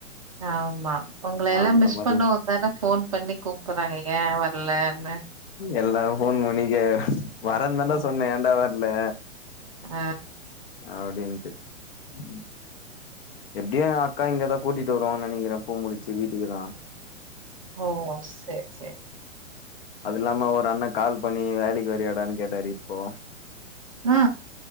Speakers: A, on the right; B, on the left.
A: ஆமா உங்க
B: ஆ
A: எல்லா
B: அந்த
A: மிஸ்
B: மாரி
A: பண்ண வந்தான்னே ஃபோன் பண்ணி கூப்புறாங்க ஏன் வர்லன்னு
B: எல்லாரு ஃபோன் பண்ணி வரந்தாண்டா
A: ஆ
B: சொன்ன ஏண்டா வர்ல
A: ஆ
B: அப்டின்ட்டு ம் எப்படியு என் அக்கா இங்கேதா கூட்டிட்டு வருவோனு நினைக்கிறே பூ முடிச்சு வீட்டுக்கு தா
A: ஓ சேரி சேரி
B: அது இல்லாம ஒரு அண்ண கால் பண்ணி வேலைக்கு வரியாடான்னு கேட்டாரு இப்போ
A: ஆ